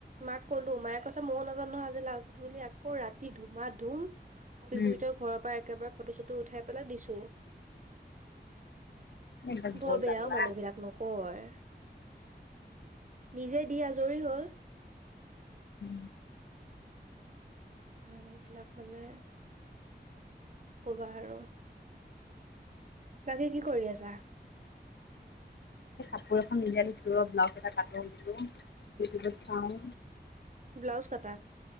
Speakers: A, on the right; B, on the left.
A: মাক ক'লো মায়ে কৈছে ময়ো নাজানো নহয় আজি লাষ্ট বুলি আকৌ ৰাতি ধুমা ধুম বিহুৰত,
B: উম
A: ঘৰৰ পৰা একেবাৰে ফটো চটো উঠাই পেলাই দিছোঁ।
B: এইবিলাক
A: বৰ বেয়াও
B: জাল্লা
A: মানুহবিলাক নকয়, নিজে দি আজৰি হল।
B: উম
A: এইবিলাক মানে কবা আৰু, বাকী কি কৰি আছা?
B: সেই কাপোৰ এখন উলিয়াই লৈছো ৰ ব্লাউজ এটা কাটো বোলো ইউটিউবত চাওঁ,
A: ব্লাউজ কাটা?